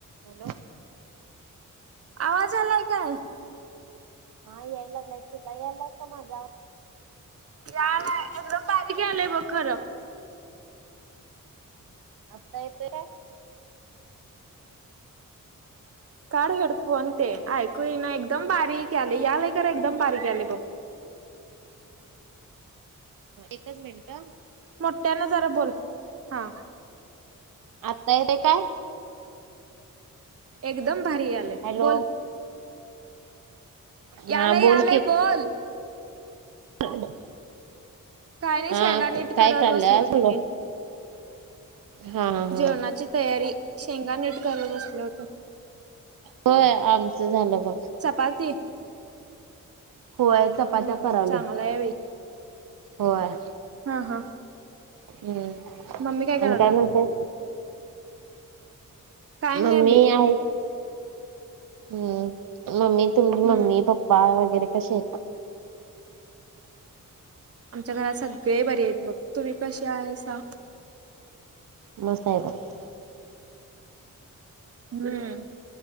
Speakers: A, on the right; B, on the right.
A: Hello!
B: आवाज आलाय काय?
A: हा याय लागलाय तुला यायला माझा आवाज.
B: याला एकदम बारीके आलंय बघ खरं.
A: आता येतो काय?
B: काड हेडफोन ते ऐकू ना एकदम बारीक आले यालाय कर एकदम. बारीक यालय बघ.
A: एकच मिनट.
B: मोठ्यांना जरा बोल हा.
A: आत्ता येतेय काय?
B: एकदम भारी आलाय
A: हॅलो
B: बोल. यालय
A: हा बोल
B: यालय बोल.
A: ह, <inaudible>
B: काय नाही
A: हा,
B: शेंगा नीट
A: काय
B: करत
A: चाललंय
B: बसले होते
A: म्हणलो.
B: मी.
A: हा हा
B: जेवणाची तयारी शेंगा निट करत बसलो होतो.
A: होय आमचं झालं बघ.
B: पाती
A: होय चपात्या
B: हम्म
A: करालोय
B: चांगला आहे बई.
A: होय,
B: हा हा,
A: हम्म
B: मम्मी करायल्या?
A: आणि काय म्हणतेय.
B: काय
A: मम्मी
B: नाही बाई
A: आहे हम मम्मी. तुमची
B: हम्म
A: मम्मी पप्पा वगैरे कसे आहेत?
B: आमच्या घरात सगळे बरी आहेत बघ तुम्ही कसे आहे सा?
A: ममस्त आहे बाई.
B: हम्म